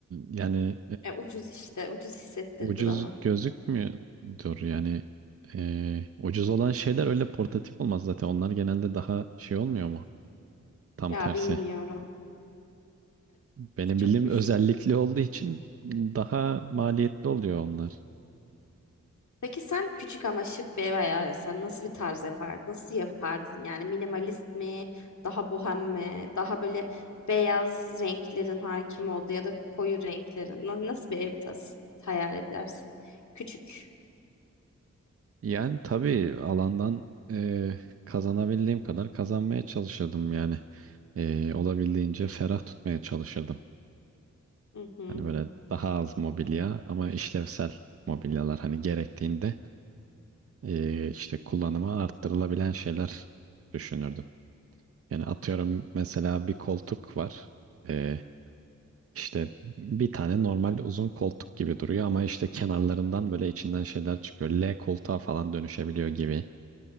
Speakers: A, on the right; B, on the left.
A: yani
B: E, ucuz işte. Ucuz hissettirdi
A: Ucuz
B: bana.
A: gözükmüyordur yani eee, ucuz olan şeyler öyle portatif olmaz zaten onlar genelde daha şey olmuyor mu? Tam
B: Ya
A: tersi.
B: bilmiyorum.
A: Benim
B: Çok
A: bildiğim
B: bir
A: özellikli
B: fikrim.
A: olduğu için daha maliyetli oluyor onlar.
B: Peki sen küçük ama şık bir ev hayal etsen nasıl bir tarz yapardın? Nasıl yapardın? Yani minimalist mi? Daha bohem mi? Daha böyle beyaz renklerin hakim olduğu ya da koyu renklerin. Na- Nasıl bir ev tas hayal edersin? Küçük.
A: Yani tabii alandan eee, kazanabildiğim kadar kazanmaya çalışırdım yani. Eee, olabildiğince ferah tutmaya çalışırdım.
B: Hı hı.
A: Hani böyle daha az mobilya ama işlevsel mobilyalar hani gerektiğinde eee, işte kullanıma arttırılabilen şeyler düşünürdüm. Yani atıyorum mesela bir koltuk var. Ee, işte bir tane normal uzun koltuk gibi duruyor ama işte kenarlarından böyle içinden şeyler çıkıyor. L koltuğa falan dönüşebiliyor gibi.